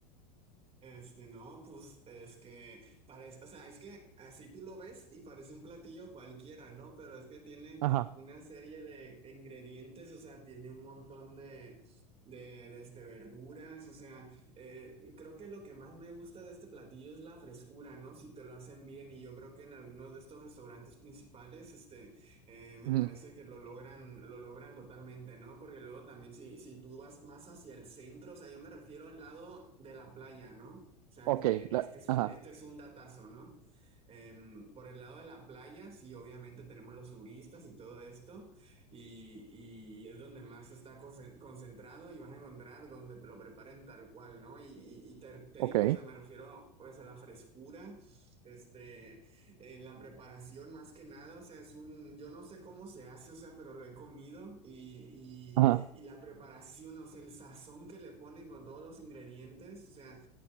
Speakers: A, on the right (about 30°); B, on the right (about 65°).
A: Este, no, pues es que parece, o sea, es que así tú lo ves y parece un platillo cualquiera, ¿no? Pero es que tiene
B: Ajá.
A: una serie de ingredientes, o sea, tiene un montón de, de, de, este, verduras, o sea, eh, creo que lo que más me gusta de este platillo es la frescura, ¿no? Si te lo hacen bien y yo creo que en algunos de estos restaurantes principales, este, eh, me
B: ujú,
A: parece que lo logran, lo logran totalmente, ¿no? Porque luego también si, si tú vas más hacia el centro, o sea, yo me refiero al lado de la playa, ¿no? O sea,
B: Ok,
A: que
B: la,
A: este es un,
B: ajá.
A: este es un datazo, ¿no? Em, por el lado de la playa, sí, obviamente tenemos los turistas y todo esto, y, y es donde más está conce- concentrado y vas a encontrar donde te lo preparen tal cual, ¿no? Y, y- y te, te
B: Ok.
A: digo, o sea, me refiero pues a la frescura, este, eh, la preparación más que nada, o sea, es un, yo no sé cómo se hace, o sea, pero lo he comido y,
B: Ajá.
A: y, y la preparación, o sea, el sazón que le ponen con todos los ingredientes, o sea,